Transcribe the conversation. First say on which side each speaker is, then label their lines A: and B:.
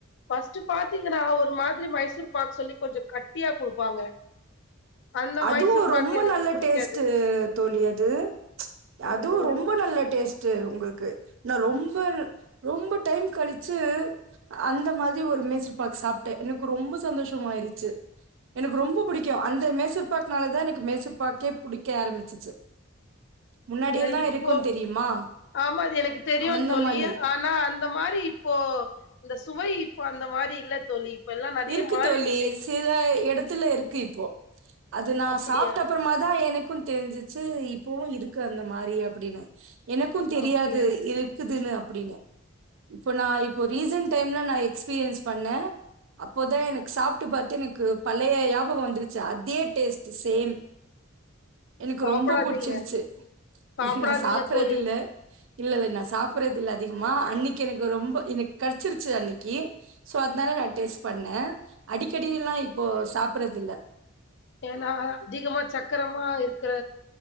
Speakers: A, on the left; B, on the right.
A: பர்ஸ்ட்டு பாத்திங்கன்னா ஒரு மாதிரி மைசூர் பாக் சொல்லி கொஞ்சொ கட்டியா குடுப்பாங்க அந்த
B: அதுவு
A: மைசூர்
B: ரொம்ப
A: பாக் எனக்கு
B: நல்ல
A: புடிக்காது
B: டேஸ்ட்டு தோழி அது அதுவு
A: அது
B: ரொம்ப
A: எனக்கு
B: நல்ல டேஸ்ட் டு உங்களுக்கு ந ரொம்ப ரொம்ப டைம் கழுச்சு அந்த மாத்ரி ஒரு மெசூர்பாக் சாப்ட்டே எனக்கு ரொம்ப சந்தோஷொம் ஆய்ருச்சு எனக்கு ரொம்ப புடிக்கு அந்த மெசூர்பாக்னால தா எனக்கு மெசூர்பாக்கே புடிக்க ஆரம்பிச்சுச்சு முன்னாடி
A: ஏ
B: எல்லா
A: இப்போ
B: இருக்கு தெரியுமா
A: ஆமா அது எனக்கு தெரியு
B: அந்த
A: தோழி
B: மாரி
A: ஆனா அந்த மாரி இப்போ இந்த சுவை இப்போ அந்த மாரி இல்ல தோழி எல்லா நெறைய
B: இருக்கு
A: மாறிச்சு
B: தோழி சில எடத்துல இருக்கு இப்போ அது நா
A: அப்படியா
B: சாப்ட்ட அப்பறமா தா எனக்கு தெரிஞ்சுச்சு இப்பவு இருக்கு அந்த மாரி அப்டின்னு எனக்கு தெரியாது
A: அப்படியா
B: இ க்குதுன்னு அப்டினு இப்போ நா இப்போ ரீசன்ட் டைம்ல நா எக்ஸ்பீரியன்ஸ் பண்ணே அப்போதா எனக்கு சாப்ட்டு பாத்து எனக்கு பழைய யாபக வந்துருச்சு அதே டேஸ்ட்டு சேம் எனக்கு
A: சாப்பிடாதீங்க
B: ரொம்ப புட்ச்சுருச்சு
A: சாப்பிடாதீங்க
B: நா சாப்ட்றத்
A: தோழி
B: இல்ல இல்ல இல்ல நா சாப்புட்றத் இல்ல அதிகமா அன்னக்கி எனக்கு ரொம்ப எனக் கட்ச்சிருச்சு அன்னக்கி சோ அத்னால நா டேஸ்ட் பண்ணே அடிக்கடில்லா இப்போ சாப்புட்றது இல்ல
A: ஏன்னா அதிகமா சக்கரமா இருக்குற